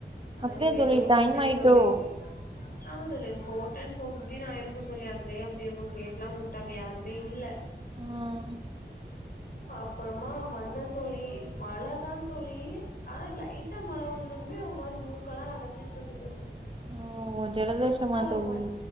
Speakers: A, on the right (about 30°); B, on the left (about 50°).
A: அப்படியா
B: அடி வெளியே
A: தோழி டைம்
B: நின்னே
A: ஆயிட்டோ
B: தோழி ஆமா தோழி ஃபோர் டென் ஃபோர் ஃபிப்டீன் ஆயிருக்கும் தோழி அதுலயே அப்பிடி அவுங்க கேட்ல்லா மூடிட்டாங்க யாருமே இல்ல
A: ஆஹ்
B: அப்பறமா வந்தே தோழி மழ தா தோழி ஆனா லைட்டா மழ விழுந்ததுமே ஒரு மாரி மூக்கெல்லா அடச்சிட்டு இருக்கு தோழி
A: ஓ ஜலதோஷமா
B: செட் ஆக
A: தோழி
B: மாட்